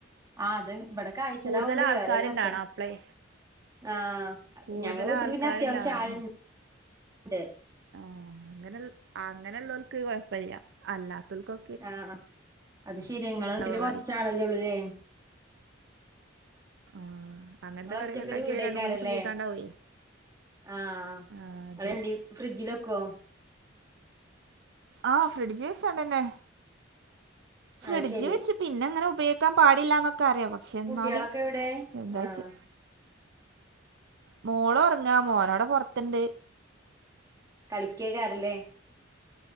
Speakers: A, on the right (about 20°); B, on the right (about 65°).
A: ആ അത് ഇവടെ കായ്ച്ചതാകൊണ്ട്
B: കൂടുതൽ ആൾക്കാരുണ്ടാണോ
A: വേറെ രസം
B: അപ്പളേ
A: ആഹ്
B: കൂടുതൽ
A: ഞങ്ങള വീട്ടില്
B: ആൾക്കാരുണ്ടാവണേ
A: പിന്നെ അത്യാവശ്യം ആള് ഇണ്ട്
B: ആ അങ്ങനെ അങ്ങനെ ഉള്ളോർക്ക് കൊഴപ്പല്ല്യാ അല്ലാത്തോൽ ക്കൊ
A: ആഹ് അത് ശെരിയാ ഇങ്ങളെ വീട്ടില്
B: ആ
A: കൊറച്ചാളല്ലേ
B: കറി
A: ഒള്ളുലെ
B: ആഹ് അങ്ങന്ത്തെ കറ്യൊക്കെ
A: ഒറ്റക്കൊരു
B: ഇണ്ടാക്കിയാ
A: വീടേക്കാരല്ലേ
B: രണ്ട് മൂന്നീസം കൂട്ടാൻ ഇണ്ടാവുലെ
A: ആഹ്
B: ആഹ്
A: ഇങ്ങള്
B: അതെ
A: എന്തി ഫ്രിഡ്ജില് വെക്കോ
B: ആഹ് ഫ്രിഡ്ജി വെച്ചാണ്ടന്നെ ഫ്രിഡ്ജ്
A: അത് ശെരി
B: വെച്ച് പിന്നെ ഇങ്ങനെ ഉപയോക്കാൻ പാടില്ല ന്നൊക്കെ അറിയാ പ എന്നാലും
A: കുട്ടികളൊക്കെ എവിടെ
B: എന്താ
A: ആഹ്
B: ചെ മോളൊറങ്ങാ മോന് അവ്ടെ പൊർത്ത്ണ്ട്
A: കളിക്കേയ്ക്കാരല്ലേ